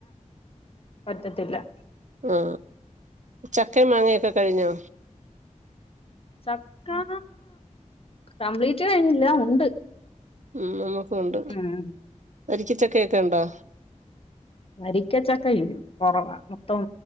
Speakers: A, on the left; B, on the right.
A: വറ്റത്തില്ല..
B: ആ ചക്കേം മാങ്ങൊക്കെ കഴിഞ്ഞോ..
A: ചക്കാ കപ്ലീറ്റ് കഴിഞ്ഞില്ല ഉണ്ട്..
B: ഉം നമുക്ക ഉണ്ട്
A: ഉം
B: വരിക്കച്ചക്ക ക്കെ ഉണ്ടോ...
A: വരിക്കച്ചക്ക യ് കൊറവാ മൊത്തം..